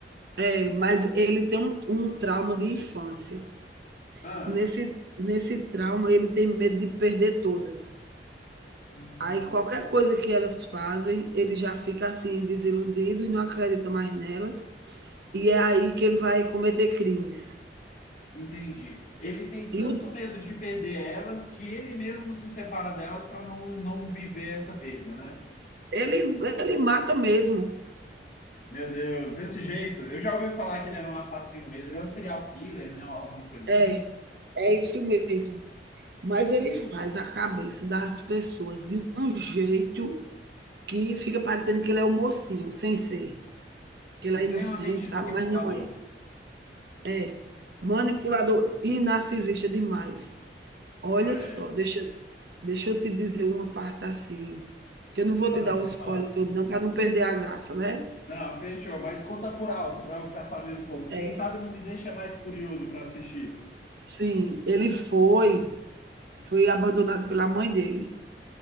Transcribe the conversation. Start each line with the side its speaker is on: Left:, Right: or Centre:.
Right: É, mas ele tem um, um trauma de infância.
Left: Ah,
Right: Nesse, nesse trauma, ele tem medo de perder todas.
Left: hum,
Right: Aí qualquer coisa que elas fazem, ele já fica assim desiludido e não acredita mais nelas, e é aí que ele vai cometer crimes.
Left: entendi. Ele tem tanto
Right: E o
Left: medo de perder elas que ele mesmo se separa delas para não, não viver essa perda, né?
Right: ele ele mata mesmo.
Left: Meu Deus, desse jeito. Eu já ouvi falar que ele era um assassino mesmo. Ele era um serial killer, né? Alguma coisa assim.
Right: É, é isso mesmo. Mas ele
Left: Que
Right: faz
Left: loucura.
Right: a cabeça das pessoas de um jeito que fica parecendo que ele é o mocinho, sem ser, que ele
Left: Extremamente
Right: é inocente,
Left: manipulador.
Right: sabe, mas não é. É, manipulador e narcisista demais. Olha
Left: Ah,
Right: só,
Left: é.
Right: deixa deixa eu te dizer uma parte, assim, que eu não vou
Left: Ah,
Right: te dar o
Left: pode
Right: spoiler
Left: falar.
Right: todo não, para não perder a graça, né.
Left: Não, fechou. Mas conta por alto para eu ficar sabendo um pouco. Quem
Right: É.
Left: sabe não me deixa mais curioso para assistir.
Right: Sim, ele foi foi abandonado pela mãe dele.